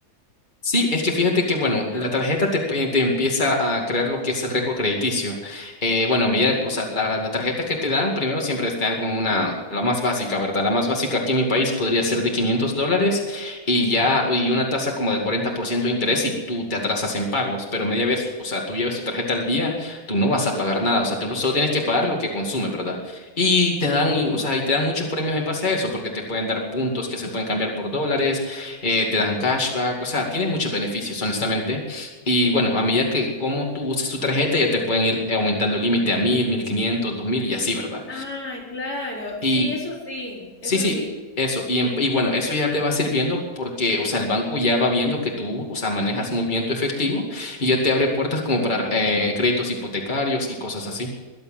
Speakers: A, on the left (about 30°); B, on the left (about 90°).
A: Sí, es que fíjate que, bueno,
B: ¿no?
A: la tarjeta te, pu- te empieza a crear lo que es el récord crediticio. Eh, bueno, a medida, o sea, la, la tarjeta que te dan, primero siempre te dan como una, la más básica, ¿verdad? La más básica aquí en mi país podría ser de 500 dólares y ya, y una tasa como del 40% de interés y tú te atrasas en pagos. Pero media vez, o sea, tú llevas tu tarjeta al día, tú no vas a pagar nada, o sea, tú no- solo tienes que pagar lo que consume, ¿verdad? Y te dan, o sea, y te dan muchos premios en base a eso, porque te pueden dar puntos que se pueden cambiar por dólares eh, te dan cashback, o sea, tiene muchos beneficios, honestamente. Y bueno, a medida que como tú uses tu tarjeta, ya te pueden ir aumentando el límite a mil, mil quinientos, dos mil y así, ¿verdad?
B: Ah, claro,
A: Y
B: sí, eso sí,
A: sí,
B: eso
A: sí,
B: sí.
A: eso. Y, en- y bueno, eso ya te va sirviendo porque, o sea, el banco ya va viendo que tú, o sea, manejas muy bien tu efectivo y ya te abre puertas como para eh, créditos hipotecarios y cosas así.